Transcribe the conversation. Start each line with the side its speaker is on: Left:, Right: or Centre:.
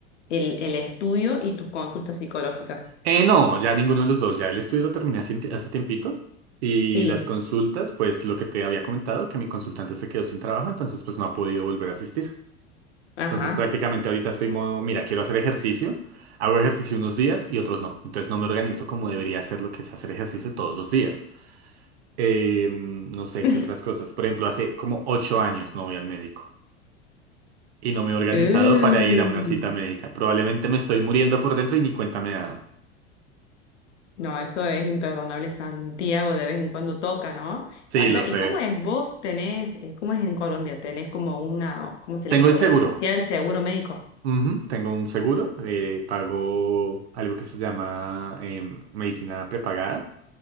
Left: el, el estudio y tus consultas psicológicas.
Right: Eh, no, ya ninguno de los dos. Ya el estudio lo terminé hace, hace tiempito. Y
Left: Sí,
Right: las consultas, pues lo que te había comentado, que mi consultante se quedó sin trabajo, entonces pues no ha podido volver a asistir.
Left: ajá.
Right: Entonces prácticamente ahorita estoy modo, mira, quiero hacer ejercicio. Hago ejercicio unos días y otros no. Entonces no me organizo como debería hacer lo que es hacer ejercicio todos los días. Eh, no sé
Left: <laughs>
Right: qué otras cosas. Por ejemplo, hace como ocho años no voy al médico. Y no me he organizado
Left: Uh.
Right: para ir a una cita médica. Probablemente me estoy muriendo por dentro y ni cuenta me he dado.
Left: No, eso es imperdonable. Santiago de vez en cuando toca, ¿no?
Right: Sí,
Left: Allá.
Right: lo sé.
Left: ¿Y cómo es? ¿Vos tenés, eh, cómo es en Colombia? ¿Tenés como una, cómo se
Right: Tengo
Left: le dice,
Right: el seguro.
Left: obra social, seguro médico?
Right: Ujú, Tengo un seguro. eh, pago algo que se llama em, medicina prepagada,